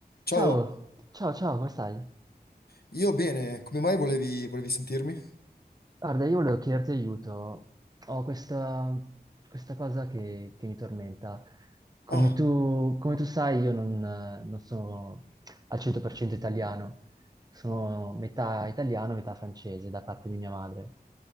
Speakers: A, on the left; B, on the right.
A: Ciao,
B: Ciao, ciao, ciao, come stai?
A: io bene, come mai volevi, volevi sentirmi?
B: Guarda, io volevo chiederti aiuto. Ho questa, questa cosa che, che mi tormenta. Come
A: Ah,
B: tu, come tu sai, io non, eh, non sono al 100% italiano, sono metà italiano, metà francese da parte di mia madre.